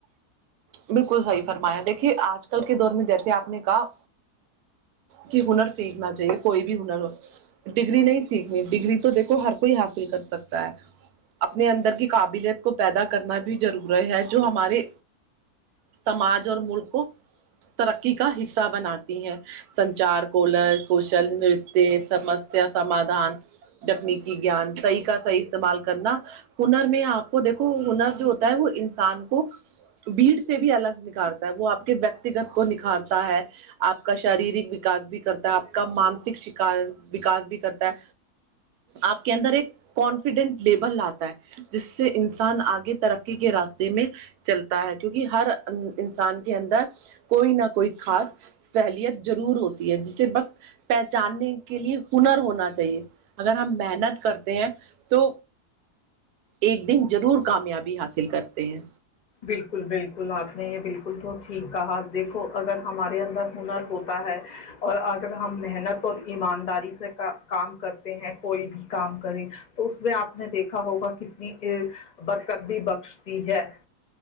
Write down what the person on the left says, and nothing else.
بالکل بالکل آپ نے یہ بالکل بلکل تو ٹھیک کہا دیکھو اگر ہمارے اندر ہنر ہوتا ہے اور اگر ہم محنت اور ایمانداری سے کام کرتے ہیں کوئی بھی کام کرے تو اس میں آپ نے دیکھا ہوگا کتنی برکت بھی بخشتی ہے